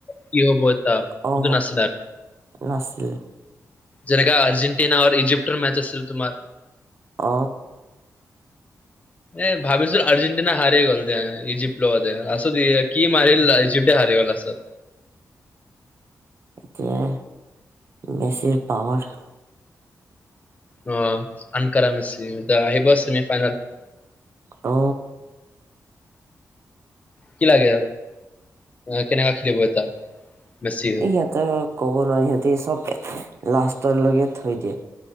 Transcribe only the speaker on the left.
কি হব এটা
সটো ন আছিল আৰু
যেনেকা আৰ্জেণ্টিনা আৰু ইজিপ্টৰ মেচ আছিল তোমাৰ
এ ভাবিছো আৰ্জেণ্টিনা হাৰি গ'ল তেওঁ ইজিপ্ট মধে আত কি মাৰিল ইজিপ্তটে হাৰি গ'ল লাষ্ট্টত
অ আনকাৰ মেছে এতিয়া আহিব ছেমি ফাইনেল
কি লাগে? কেনেকা খেলিব? বেছি